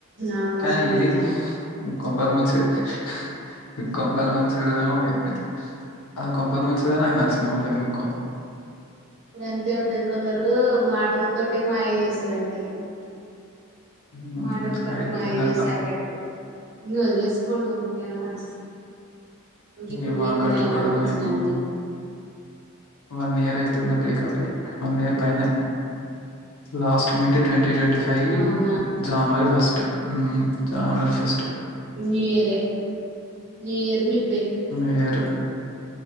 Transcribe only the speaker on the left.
కాని
ఇది. కొంపలు ముంచెది కొంపాలు ముంచెది పోయింది. ఆ కొంపలు ముంచేదే నాకు నచ్చింది ఎందుకో.
హ్మ్.
ఆగిపోయిందట్లా.
ఏమో
కట్టుకోవడం
ఏమో.
వన్ ఇయర్ అయితుంది బ్రేకప్ అయి వన్ ఇయర్ పైన last meet twenty. Twenty five
January first um January first.
New year.